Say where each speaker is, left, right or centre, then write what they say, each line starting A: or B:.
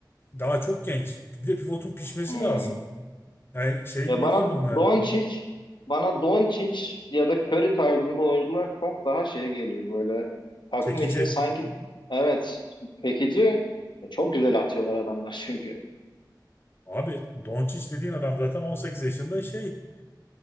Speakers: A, on the left; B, on the left.
A: Daha çok genç. Bir de pivotun pişmesi
B: hmm.
A: lazım. Yani şey
B: Ya
A: gibi
B: bana
A: değil bunlar.
B: Doncic bana Doncic ya da Curry tarzında oyuncular çok daha şey geliyor böyle takım
A: Çekici.
B: için sanki evet çekici çok güzel atıyorlar adamlar çünkü.
A: Abi Doncic dediğin adam zaten 18 yaşında şey